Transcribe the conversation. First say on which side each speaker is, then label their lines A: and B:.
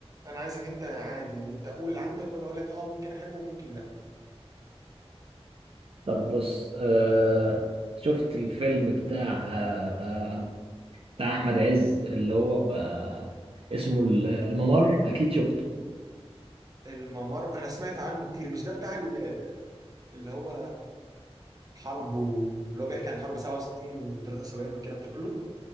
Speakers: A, on the right (about 35°); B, on the right (about 60°).
A: انا عايزك انت عادي يعني انت قول اللي عندك وانا اقول لك اه ممكن احبه وممكن لا
B: طب بص آه شفت الفيلم بتاع آه بتاع احمد عز اللي هو آه اسمه الممر اكيد شفته
A: الممر انا سمعت عنه كتير مش ده بتاع ال- اللي هو حرب و... اللي هو بيحكي عن حرب 67 و73 والكلام ده كله